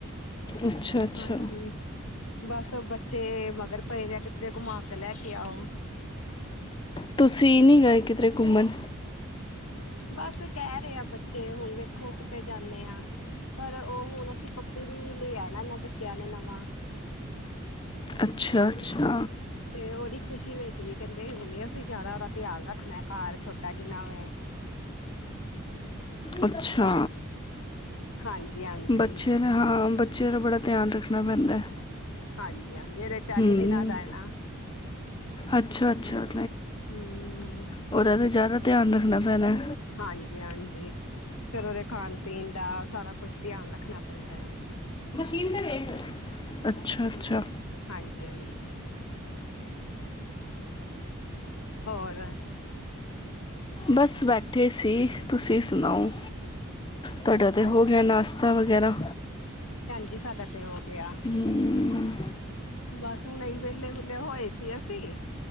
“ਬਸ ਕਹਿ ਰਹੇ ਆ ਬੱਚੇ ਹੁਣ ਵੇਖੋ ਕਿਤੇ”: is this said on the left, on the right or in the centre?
Left